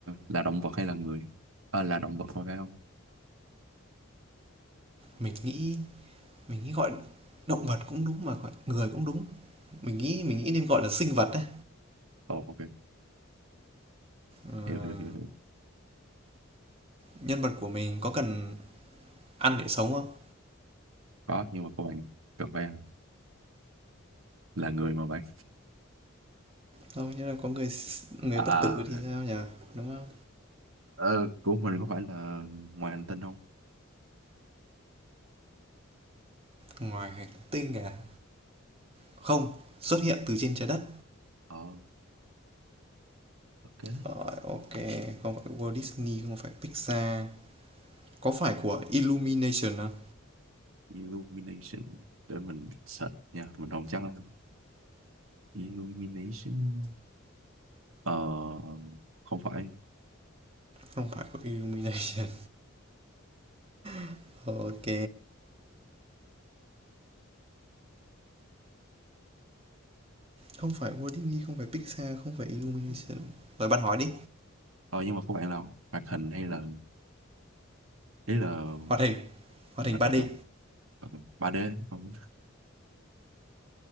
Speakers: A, on the right (about 75°); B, on the right (about 30°).
A: là động vật hay là người? Ờ, là động vật không phải không?
B: mình nghĩ mình nghĩ gọi động vật cũng đúng mà gọi người cũng đúng mình nghĩ mình nghĩ nên gọi là sinh vật đấy
A: Ồ, ok,
B: Ờ,
A: hiểu hiểu hiểu. hiểu.
B: nhân vật của mình có cần ăn để sống không
A: Có, nhưng mà của bạn cần phải ăn là người mà bạn.
B: không nhưng là có người người
A: À,
B: bất tử
A: à,
B: thì
A: ok.
B: sao nhỉ đúng không
A: Ờ, của mình có phải là ngoài hành tinh không?
B: ngoài hành tinh à không xuất hiện từ trên trái đất
A: Ờ, ok.
B: rồi ok không phải Walt Disney không phải Pixar có phải của Illumination không
A: Illumination. Để mình search nha. Mình không chắc lắm. Illumination. Ờ, không phải.
B: Không phải của Illumination <laughs> Ok Không phải Walt Disney, không phải Pixar, không phải Illumination Rồi bạn hỏi đi
A: Ờ, nhưng mà có bạn nào hoạt hình hay là... Ý là
B: Hoạt hình Hoạt
A: hoạt
B: hình
A: hình
B: ba
A: đâu
B: d
A: cần. Hoạt hình 3D. Không.